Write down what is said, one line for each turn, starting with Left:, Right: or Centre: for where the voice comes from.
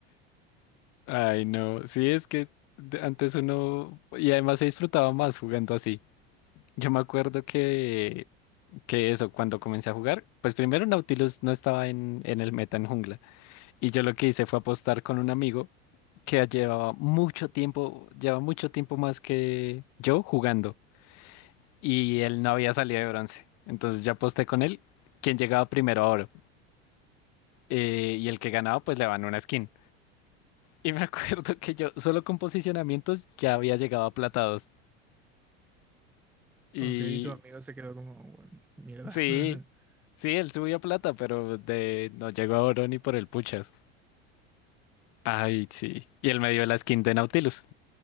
Left: Ay, no. Sí, es que de- antes uno. Y además se disfrutaba más jugando así. Yo me acuerdo que, que eso, cuando comencé a jugar, pues primero Nautilus no estaba en, en el meta en jungla. Y yo lo que hice fue apostar con un amigo que llevaba mucho tiempo, lleva mucho tiempo más que yo jugando. Y él no había salido de bronce. Entonces yo aposté con él, quien llegaba primero ahora eh, y el que ganaba pues le van una skin. Y me <laughs> acuerdo que yo solo con posicionamientos ya había llegado a plata 2. Y
Centre: Ok, y tu amigo se quedó como, "Bueno, mierda.
Left: sí,
Centre: <laughs>
Left: sí, él subió a plata, pero de no llegó a oro ni por el puchas. Ay, sí. Y él me dio la skin de Nautilus,